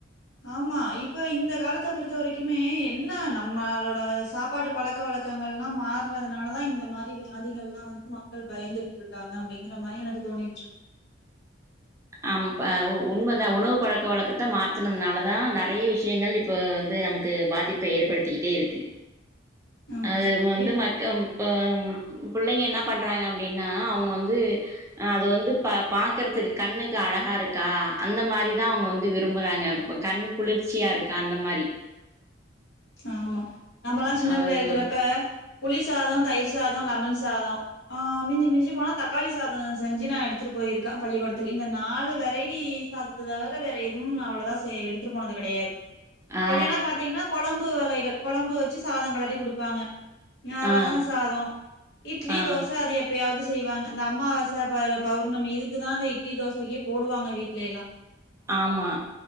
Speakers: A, on the left; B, on the right.
A: ஆமா இப்ப இந்த காலத்த பொறுத்த வரைக்குமே என்ன நம்ம ளோட சாப்பாட்டு பழக்க வழக் கங்கள் மாற்றதுனால தான் இந்த மாரி கங்களா மாற்றதுனாலதா இந்த மாரி வியாதிகள்லா வந்து மக்கள் பயந்துட்ருக்காங்க அப்டிங்கிற மாரி எனக் தோனிட்ருக்
B: அம் ப உ உண்மதா உணவு பழக்க வழக்கத்த மாத்துனதுனால தா நெறைய விஷயங்கள் இப் ப வந்து நமக்கு பாதிப்ப ஏற்படுத்திக்கிட்டே இருக்கு
A: ஆமா
B: அது வந்து
A: இப்ப
B: மக்கம் இப்ப புள்ளைங்க என்ன பண்றாங்க அப்டின்னா அவுங்க வந்து அ அது வந்து ப பாக்குறதுக் கண்ணுக்கு அழகா இருக்கா அந்த மாரி தா அவுங்க வந்து விரும்புறாங்க இப்ப கண் குளிர்ச்சியா இருக்கா அந்த மாரி
A: ஆமா நம்மல்லா சின்ன
B: அது
A: புள்ளையா இருக்குறப்ப புளி சாதோ தயிர் சாதோ லெமன் சாதோ ஆ மிஞ்சி மிஞ்சி போனா தக்காளி சாத செஞ்சு நா எடுத்துட்டு போயிருக்க பள்ளிக்கூடத்துக் இந்த நாலு வெரைட்டி சாததத்த தவர வேற எதுவும் நா அவ்ளதா சே எடுத்துட்டு போனது கெடையாது
B: ஆ,
A: இல்லன்னா பாத்தீங்கன்னா கொழம்பு வகைகள் கொழம்பு வச்சு சாதங் கலறி குடுப்பாங்க அ ரச
B: ஆ,
A: சாதோ இட்லி
B: ஆ.
A: தோச அது எப் பயாது செய்வாங்க இந்த அமாவச ப பௌர்ணமி இதுக்கு தா இந்த இட்லி தோசைக்கே போடுவாங்க வீட்லயெல்லா
B: ஆமா